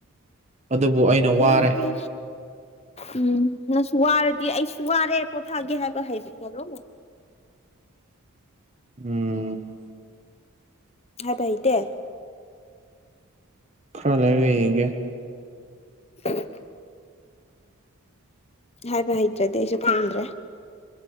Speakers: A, on the right (about 30°); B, on the left (about 30°).
A: ꯑꯗꯨꯕꯨ ꯑꯩꯅ
B: ꯍ
A: ꯋꯥꯔꯦ
B: ꯍ ꯎꯝ ꯉꯪꯁꯨ ꯋꯥꯔꯗꯤ ꯑꯩꯁꯨ ꯆꯨꯏꯔ ꯄꯣꯊꯥꯒꯦꯍꯒ ꯍꯥꯏꯕ ꯇꯔꯣ
A: ꯎꯝ
B: ꯍꯥꯏꯕꯍꯤꯗ
A: ꯈꯔ ꯂꯩꯔꯒ ꯌꯦꯡꯒꯦ
B: ꯑꯦ <inaudible> ꯍꯥꯏꯕ ꯍꯩꯇ꯭ꯔꯗꯤ ꯑꯩꯁꯨ ꯈꯪꯗ꯭ꯔꯦ